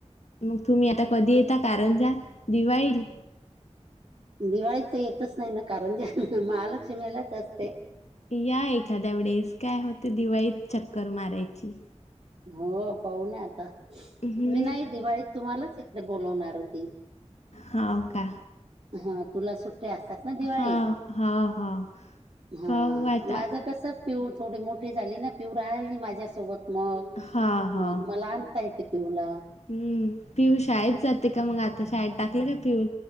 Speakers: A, on the left (about 70°); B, on the right (about 55°).
A: मग तुम्ही आता कधी येेतता कारंजा दिवाळील
B: दिवाळी तर येतच नाही ना कारणजी महालक्ष्मीलाच असते
A: या एखाद्या वेळेस काय होते दिवाळीत चक्कर मारायची
B: हो पाहुना आता
A: हम्म.
B: मी नाही दिवाळीत तुम्हालाच इकडे बोलवणार होती
A: हा हो का
B: हा तुला सुट्टया असतात ना दिवाळीत
A: हाव, हाव, हाव.
B: हा
A: पाहू आता.
B: माझं कस पिऊ थोडी मोठी झाली ना पिऊ राहीली माझ्यासोबत मग
A: हाव, हाव.
B: मग मला आणता येते पिऊला
A: हम्म पिऊ शाळेत जाते का मग आता शाळेत टाकलं का पिऊ